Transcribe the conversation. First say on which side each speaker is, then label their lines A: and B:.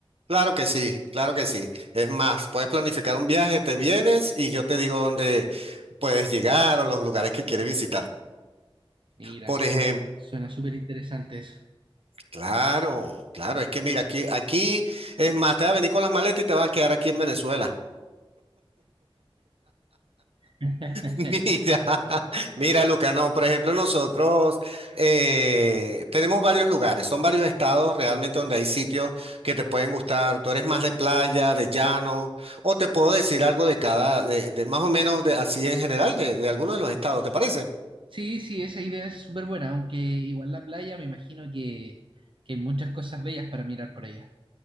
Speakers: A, on the right (about 80°); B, on the right (about 60°).
A: Claro que sí, claro que sí. Es más, puedes planificar un viaje, te vienes y yo te digo dónde puedes llegar o los lugares que quieres visitar.
B: Mira,
A: Por
B: suena,
A: ejemplo,
B: suena súper interesante eso.
A: claro, claro, es que mira, aquí, aquí es más, te va a venir con las maletas y te va a quedar aquí en Venezuela.
B: <laughs>
A: Mira, <laughs> mira, Luca, no, por ejemplo, nosotros eh, tenemos varios lugares, son varios estados realmente donde hay sitios que te pueden gustar. Tú eres más de playa, de llano, o te puedo decir algo de cada, de, de más o menos de, así en general, de, de alguno de los estados, ¿te parece?
B: Sí, sí, esa idea es súper buena, aunque igual la playa me imagino que, que hay muchas cosas bellas para mirar por allá.